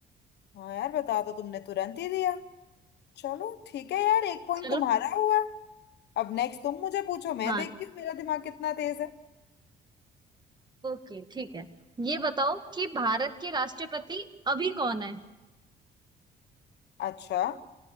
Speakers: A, on the left; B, on the right.
A: हाँ यार बता तो तुमने तुरंत ही दिया चलो ठीक है यार एक पॉइंट
B: चलो
A: तुम्हारा हुआ अब नेक्स्ट तुम मुझे पूछो मैं
B: हाँ
A: देखती हूँ मेरा दिमाग कितना तेज है
B: ओके ठीक है ये बताओ कि भारत के राष्ट्रपति अभी कौन है
A: अच्छा